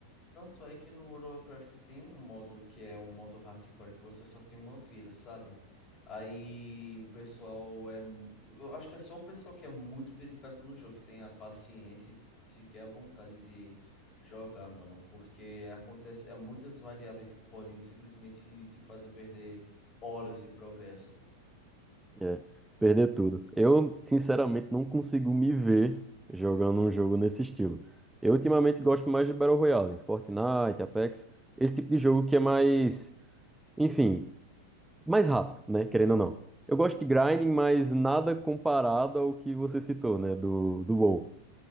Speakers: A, on the left; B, in the centre.
A: Tanto é que no World of Warcraft tem um modo que é o modo hardcore, que você só tem uma vida, sabe? Aí o pessoal é. Eu acho que é só o pessoal que é muito dedicado no jogo, que tem a paciência e sequer a vontade de jogar, mano. Porque acontece, é muitas variáveis que podem simplesmente te fazer perder horas de progresso.
B: É, perder tudo. Eu, sinceramente, não consigo me ver jogando um jogo nesse estilo. Eu, ultimamente, gosto mais de Battle Royale, Fortnite, Apex, esse tipo de jogo que é mais. Enfim, mais rápido, né? Querendo ou não. Eu gosto de grinding, mas nada comparado ao que você citou, né? Do, do WoW.